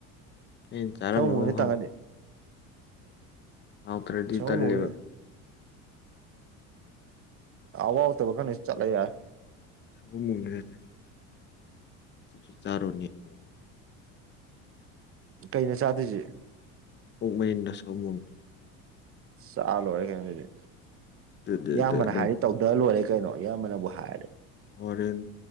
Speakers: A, on the left; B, on the right.
A: ꯑꯩꯅ ꯆꯥꯔꯝꯃꯒꯥꯎ
B: ꯁꯒꯨꯝ ꯕꯨꯡꯗꯣ ꯇꯪꯉꯗꯤ <unintelligible>
A: ꯑ ꯄ꯭ꯔꯗꯤ
B: ꯁꯒꯨꯝ
A: ꯇꯜꯂꯤꯕ
B: ꯕꯨꯡꯒꯤ ꯑꯋꯥ ꯇꯕꯀꯅꯤ ꯆꯂ ꯌꯥꯦ
A: ꯁ ꯃꯔ ꯆꯅꯤ ꯇꯨꯁꯨ ꯆꯥꯔꯣꯅꯤ ꯑꯩꯅꯃ
B: ꯀꯩꯅ ꯆꯥꯗꯣꯏꯁꯦ
A: ꯄꯛ ꯃꯔꯤꯟꯟꯅꯁꯨ ꯃꯣꯡꯈꯤꯦ
B: ꯆꯥ ꯂꯣꯏꯔꯦ ꯀꯩꯅꯣ ꯑꯗꯨꯗꯤ
A: ꯗꯨ ꯗꯨ
B: ꯏꯌꯥꯝꯕꯅ
A: ꯗꯨ ꯗꯪ
B: ꯍꯥꯏꯗꯤ ꯇꯧꯗ ꯂꯣꯏꯔꯦ ꯀꯩꯅꯣ ꯏꯌꯥꯝꯕꯅꯕꯨ ꯍꯥꯏꯔꯗꯤ
A: ꯍꯣꯔꯦꯟ